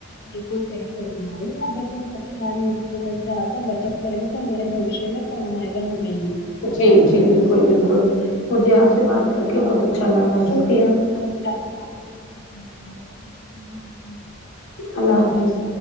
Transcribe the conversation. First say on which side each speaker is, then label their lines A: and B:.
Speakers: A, on the left; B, on the left.
A: بالکل صحیح فرما رہی ہیں آپ بچے سب میں سمجھدار اپ بچت کریں گے تو ہمارے بھوشیا میں کام آئے گا ہمیں ہی
B: جی جی بالکل بالکل مجھے اپ سے بات کر کے بہت اچھا لگا شک <inaudible> کیا
A: جی ہمیں بھی آپ سے بات کر کے کافی اچھا لگا چلیے اللہ حافظ
B: اللہ حافظ